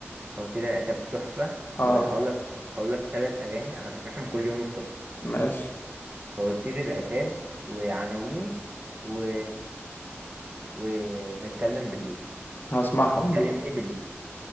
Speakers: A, on the right; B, on the left.
A: فواتير العتاب تحفه
B: اه
A: وهقول لك هقول لك ثلاث اغاني انا بسمعهم كل يوم الصبح
B: ماشي
A: فواتير العتاب وعناوين و... ونتكلم بالليل
B: هسمعهم دول
A: كلميني بالليل